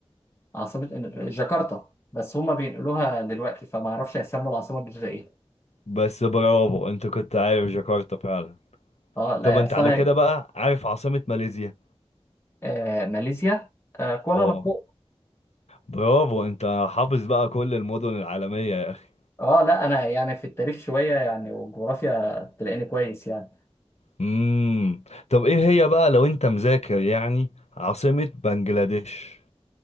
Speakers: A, on the left (about 25°); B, on the left (about 85°).
A: عاصمة إن- جاكرتا بس هما بينقلوها دلوقتي فما اعرفش هيسموا العاصمة الجديدة ايه
B: بس برافو انت كنت عارف جاكرتا فعلا
A: اه لا
B: طب انت
A: اصل
B: على
A: انا
B: كده بقى عارف عاصمة ماليزيا
A: آه ماليزيا آه كوالالمبور
B: اه برافو انت حافظ بقى كل المدن العالمية يا اخي
A: اه لا انا يعني في التاريخ شويه يعني والجغرافيا تلاقيني كويس يعني
B: امم طب ايه هي بقى لو انت مذاكر يعني عاصمة بنجلاديش